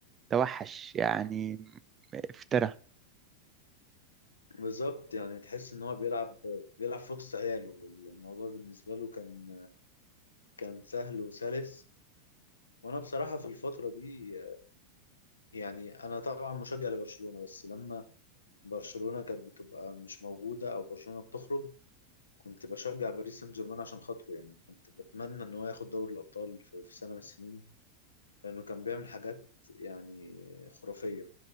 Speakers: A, on the right; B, on the left.
A: توحش يعني افترى
B: <laughs> بالظبط يعني تحس ان هو بيلعب بيلعب في وسط عياله الموضوع بالنسبة له كان كان سهل وسلس وانا بصراحه في الفتره دي يعني انا طبعا مشجع لبرشلونه بس لما برشلونه كانت بتبقى مش موجوده او برشلونه بتخرج كنت بشجع باريس سان جيرمان عشان خاطره يعني كنت بتمنى ان هو ياخد دوري الابطال في في سنه من السنين لانه كان بيعمل حاجات يعني خرافيه